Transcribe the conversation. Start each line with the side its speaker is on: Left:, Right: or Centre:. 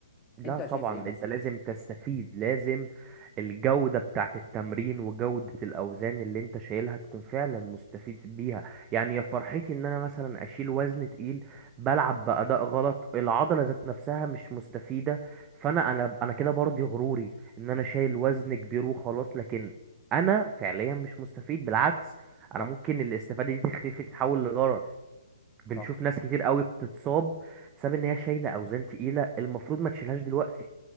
Right: لا
Left: انت شايف
Right: طبعا
Left: ايه مثلا
Right: انت لازم تستفيد لازم الجودة بتاعت التمرين وجودة الأوزان اللي انت شايلها تكون فعلا مستفيد بيها يعني يا فرحتي ان انا مثلا اشيل وزن تقيل بلعب بأداء غلط العضلة ذات نفسها مش مستفيدة فانا انا انا كده برضي غروري ان انا شايل وزن كبير وخلاص لكن انا فعليا مش مستفيد بالعكس انا
Left: صح
Right: ممكن الاستفادة دي تختفي تتحول لضرر بنشوف
Left: صح
Right: ناس كتير قوي بتتصاب بسبب ان هي شايله اوزان تقيله المفروض ما تشيلهاش دلوقتي